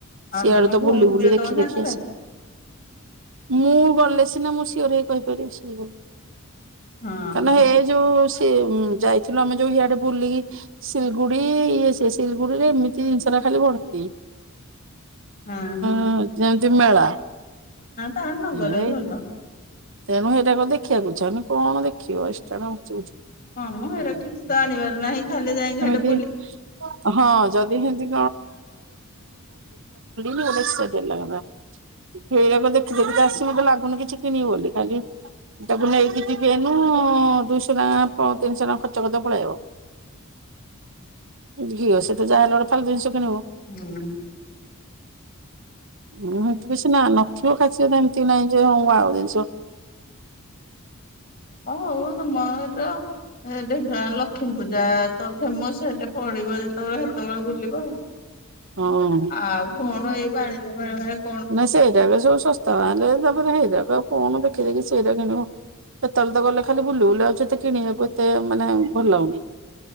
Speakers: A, on the left; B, on the right.
A: ଆଉ
B: ସିଆଡୁତ
A: ତମ ଭଉଣୀ
B: ବୁଲି ବୁଲି
A: ଯିବେ
B: ଦେଖି
A: ତମ ସାଙ୍ଗରେ
B: ଦେଖି ଆସିବୁ। ମୁଁ ଗଲେ ସିନା ମୁଁ ସିଓର ହେଇ କହିପାରିବି ସିଏ ବୋଲି।
A: ହଁ
B: ମାନେ
A: ହଁ
B: ହେ ଯୋଉ ସେ ଯାଇଥିଲୁ ଆମେ ଯୋଉ ହିଆଡେ ବୁଲିକି ସୀଲକ। ଗୁଡି ଇଏ ସିଏ ସିଲଗୁଡିରେ ଏମିତି ଜିନିଷ ଖାଲି ଭର୍ତି।
A: ହାଁ ହୁଁ।
B: ହଁ ଯେମିତି ମେଳା
A: ତାହେଲେ ନଗଲେ
B: <unintelligible>
A: ବି ଭଲ।
B: ତେଣୁ ହେଟା କୁ ଦେଖିବାକୁଇଛାହ ଉନି କଣ ଦେଖିବ ଏଷ୍ଟ୍ରା ଟା ନୁଚଉଛୁ।
A: ହଁ ମୁଁ ହେରା କିଛିତ ଆଣିିବାର ନାହିଁ ଖାଲି ଯାଇକି ହେଟି
B: ହିଁ ହଁ ଜଦି ହେମିତି <unintelligible> ହେରାକ ଦେଖି ଦେଖି ଆସି ମତେ ଲାଗୁନି କିଛି କିଣିବ ବୋଲି ଖାଲି। ତାକୁ ନେଇକି ଯିବି ଏଇନୁ ଦୁଇଶହ ଟଙ୍କା ତିନିଶହ ଟଙ୍କା ଖର୍ଚ୍ଚ କରିଦେବ ପଳେଇବ। ଝିଅ ସେତ ଯାହେଲେ ଗୋଟେ ତାର ଜିନିଷ କିଣିବ।
A: ହୁଁ।
B: ଉୁଁ କିଛିନା ନଥିବ ଖାଲି ସିଏତ ଏମିତି ନାଇଁଯେ ହଁ ମୁଁ ଆଉ ଜିନିଷ।
A: ହଁ ହଉତ ମୋର ଏବେ ଗାଲ। ଲଷ୍ମୀପୂଜାତ ଫେମସ ଏଟା ପଡିବ ଯେତେବେଳେ ସେତେବେଳେ ବୁଲିବ ଆଉ।
B: ହଁ
A: ଆଉ କଣ ଏଇ ବାଣିିଜ ମେଳା ଫେଳାକୁ?
B: ନାଇଁ ସେଇରାକ ସବୁ ସସ୍ଥାମାଲେ ସବୁ ହେଇରାକ ଆଉ କଣ ଦେଖି ଦେଖି ସେଇରା କିଣିବୁ। ତମେତ ଗଲେ ଖାଲି ବୁଲି ବୁଲି ଆଉଚ ଏତେ କିଣିବାବୁ ଏତେ ମାନେ ଭଲ ଲାଗୁନି।